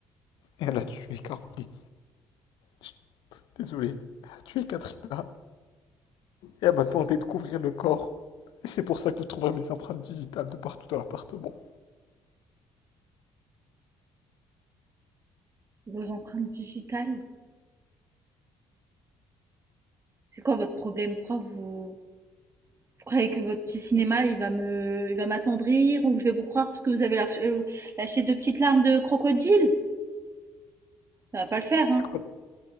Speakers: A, on the left; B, on the right.
A: Et elle a tué Caroline. Je Désolé, tu es Katrina et elle m'a demandé de couvrir le corps. Et c'est pour ça que vous trouverez mes empreintes digitales de partout dans l'appartement.
B: Vos empreintes digitales. C'est quoi votre problème? Pourquoi vous Vous croyez que votre petit cinéma, il va me, il va m'attendrir ou que je vais vous croire parce que vous avez lâché, euh, lâché deux petites larmes de crocodile? Ça va pas le faire,
A: C'est
B: hein.
A: quoi,